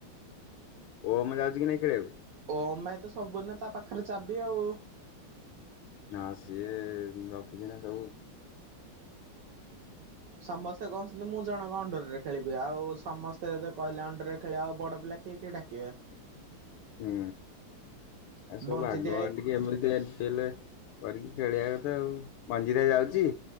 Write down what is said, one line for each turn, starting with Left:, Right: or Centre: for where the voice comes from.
Left: ଓମ ଯାଉଛି କି ନାଇ ଖେଳିବାକୁ?
Right: ଓମ ଭାଇ ତ ସବୁଦୀନ ତା ପାଖରେ ଚାବି ଆଉ।
Left: ନା ସିଏ ରଖୁଛି ନା ସବୁ।
Right: ସମସ୍ତେ କହୁଛନ୍ତି ମୁଁ ଜଣଙ୍କ ଅଣ୍ଡରରେ ଖେଳିବି ଆଉ ସମସ୍ତେ ଯଦି କହିଲେ ଅଣ୍ଡରରେ ଖେଳିବାକୁ ଆଉ ବଡ ପିଲା କିଏ କିଏ ଟାକିବେ।
Left: ହୁଁ ଆଉ ସବୁ
Right: ବଞ୍ଜିତ
Left: ଭାଗ
Right: ଭାଇ
Left: ବାଣ୍ଟି କେମିତି ଏମିତି ହେଲେ କରିକି ଖେଳିବା କଥା ଆଉ। ମଞ୍ଜିତ ଭାଇ ଯାଉଚି?